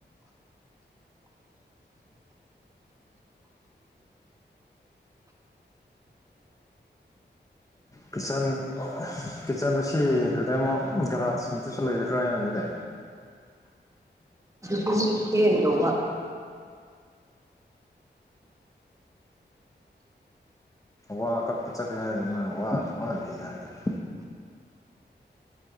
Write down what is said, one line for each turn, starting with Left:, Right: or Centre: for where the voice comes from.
Left: ꯐꯤꯁꯟ ꯀꯤꯠꯆꯟꯗ ꯁꯤꯈ꯭ꯔꯗꯦ ꯑꯃꯨꯛ ꯒꯔꯥꯠꯁꯤꯡꯇꯁꯨ ꯂꯩꯒꯗ꯭ꯔꯣꯏꯅ ꯑꯗꯨꯗꯤ
Right: ꯀꯊꯦ ꯑꯗ ꯋꯥ
Left: ꯋꯥ ꯀꯛꯄ ꯆꯠꯀꯦ ꯍꯥꯏꯗꯅ ꯅꯣꯏ ꯋꯥꯗ ꯃꯥꯂꯛꯏ ꯍꯥꯏꯗꯅ